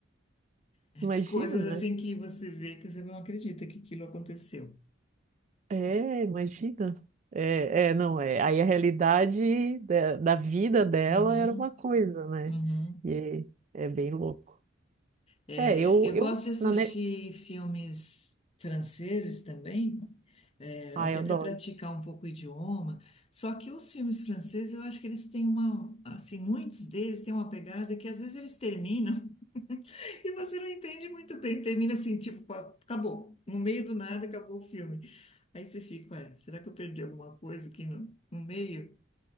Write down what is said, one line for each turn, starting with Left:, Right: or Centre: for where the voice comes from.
Left: <laughs>
Right: Imagina,
Left: tem coisas
Right: né?
Left: assim que você vê que você não acredita que aquilo aconteceu.
Right: É, imagina. É, é, não, é. Aí a realidade da, da vida dela
Left: Uhum,
Right: era uma coisa, né?
Left: uhum.
Right: E é, é bem louco.
Left: É,
Right: É, eu,
Left: eu
Right: eu,
Left: gosto de assistir
Right: na, ne...
Left: filmes franceses também, é,
Right: Ai,
Left: até
Right: eu
Left: para
Right: adoro.
Left: praticar um pouco o idioma. Só que os filmes franceses, eu acho que eles têm uma, assim, muitos deles têm uma pegada que às vezes eles terminam <laughs> e você não entende muito bem. Termina assim, tipo, pá, acabou. No meio do nada, acabou o filme. Aí você fica, ué, será que eu perdi alguma coisa aqui no, no meio?